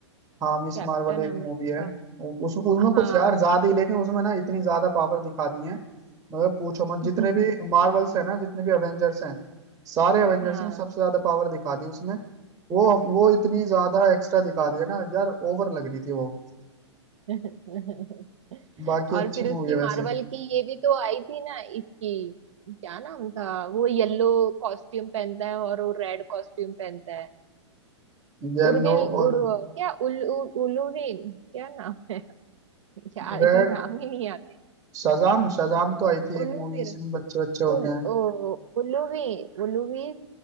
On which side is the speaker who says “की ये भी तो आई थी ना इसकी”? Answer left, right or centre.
Right